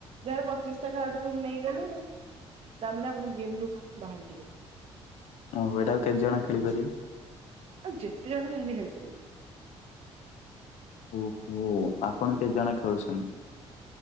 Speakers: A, on the right; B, on the left.
A: ଯାହାର ପଚିଶ ଟା କାର୍ଡରୁ ନେଇଗଲେ ତା ମାନେ, ଆପଣ ଗେମ୍ ରୁ ବାହାରିି ଯିବେ।
B: ଓ, ଏଇଟା ଆଉ କେତେ ଜଣ ଖେଳିପାରିବେ?
A: ଏଟାକୁ ଯେତେ ଜଣ ଚାହିଁଲେ ଖେଳିପାରିବେ।
B: ଓହୋ, ଆପଣ କେତେ ଜଣ ଖେଳୁଛନ୍ତି?